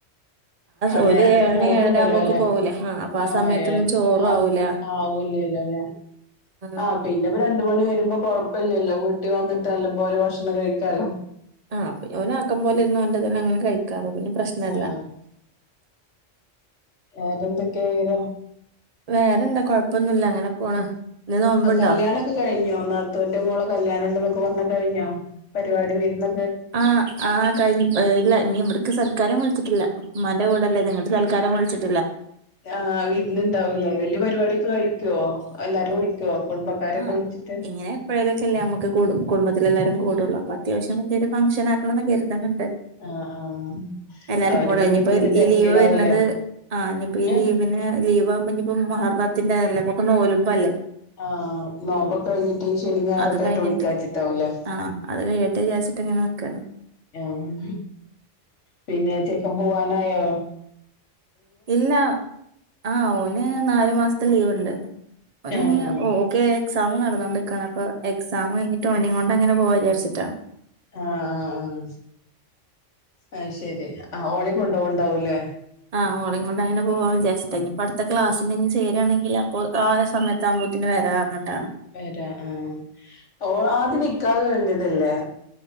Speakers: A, on the left (about 70°); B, on the right (about 35°).
A: ആ
B: ഓല്
A: നേരത്തെ
B: ഏഴണി
A: പോണുണ്ടല്ലോ
B: ഏഴര ആകുമ്പോക്ക്
A: അല്ലേ
B: പോകൂലേ ആ അപ്പൊ ആ
A: ആഹ
B: സമയത്തൊന്നും ചോറും
A: ആ
B: ആവൂല
A: ആവൂല്ല
B: ആഹ്
A: ആഹ പിന്നെ രണ്ട് മണി വരുമ്പോ കൊഴപ്പല്ലല്ലോട്ട വിട്ട് വന്നിട്ട് നല്ല പോലെ ഭക്ഷണം കഴിക്കാലോ
B: ആഹ് ഓന് ആക്കൻ പോലെരുന്നു അവന്റെതല്ലെ അങ്ങനെ കഴിക്കാം അപ്പ പിന്നെ പ്രശ്നല്ല
A: ആഹ് വേറെന്തൊക്കെയ വിവരം
B: വേറെന്താ കൊഴപ്പൊന്നുമില്ല അങ്ങനെ പോണ് ഇന്ന് നോമ്പുണ്ടോ
A: ആ കല്യാണൊക്കെ കഴിഞ്ഞോ നാത്തൂന്റെ മോളെ കല്യാണണ്ട്ന്നൊക്കെ പറഞ്ഞ് കഴിഞ്ഞോ പരിപാടി വീരുന്ന
B: ആഹ് ആഹ കഴിഞ്ഞ ഇല്ല നീ ഇവടക്ക് സൽക്കാരം വിളിച്ചിട്ടില്ല ഉമ്മാന്റെ കൂടെല്ലേ ഇത് ഇങ്ങട്ട് സൽക്കാരം വിളിച്ചിട്ട്
A: ആ് വിരുന്ന് ഇണ്ടാവൂലെ വല്യ പരിപാടിയൊക്കെ കഴിക്കോ എല്ലാരും വിളിക്കുവോ കുടുംബക്കാരൊക്കെ
B: ആഹ്
A: വിളിച്ചിട്ട്
B: ഇങ്ങനെ എപ്പോഴേലുംക്കെല്ലേ നമ്മക്ക് കൂടും കുടുംബത്തില എല്ലാരും കൂടുള്ള അപ്പം അത്യാവശ്യം വല്യ ഒരു ഫങ്ഷൻ ആക്കണംന്ന് കരുതുന്നുണ്ട്
A: ആഹ് ആഹ്
B: എല്ലാർക്കും
A: അവരിപ്പോ
B: കൂടെ ഇനിയിപ്പോ
A: വിരുന്നിന്റെ തിരക്കിലാവൂലേ
B: ഈ ലീവ് വരത് ആഹ ഇനിപ്പോ ഈ
A: ഏഹ്
B: ലീവിന് ലീവാവുമ്പോ ഇനി ഇപ്പ മുഹറംത്തിന്റെലെ അപ്പൊ നമുക്ക് നോമ്പ് അല്ലെ
A: ആഹ് നോമ്പൊക്കെ കഴിഞ്ഞിട്ട് ശനി ഞായറൊക്കെ
B: അത് കഴിഞ്ഞിട്ട്
A: ആയിട്ട് വിളിക്കാച്ചിട്ടാവുലേ
B: ആഹ് അത് കഴിയട്ടെ വിചാരിച്ചിട്ട് ഇങ്ങനെ നിക്കാണ്
A: ആ മം പിന്നെ ചെക്കൻ പോവാനായൊ ഓ
B: ഇല്ല ആഹ് ഓന് നാലു മാസത്തെ ലീവ് ഉണ്ട് ഓന്
A: ആഹ്
B: ഞി
A: ആഹ്
B: ഓക്കെ എക്സാം നടന്നുകൊണ്ടിക്കാണ് അപ്പൊ എക്സാം കഴിഞ്ഞിട്ട് ഓനെ കൊണ്ട് അങ്ങനെ പോവാചാരിച്ചിട്ടാ
A: ആഹ് ആഹ് ആ അയ്ശരി ആ ഓളിം കൊണ്ടോവുണ്ടാവൂല്ലേ
B: ആ ഓളേംകൊണ്ട് അങ്ങനെ പോവാം വിചാരിച്ചിട്ട ഇനിപ്പ അടുത്ത ക്ലാസിനിനി ചേരാണെങ്കിലപ്പോൾ ആ സമയത്താവുമ്പത്തിന് വ രാ പറഞ്ഞിട്ടാണ്
A: വരാ ആഹ് ഓ ആദ്യം നിക്കാഹ് കഴിഞ്ഞതല്ലേ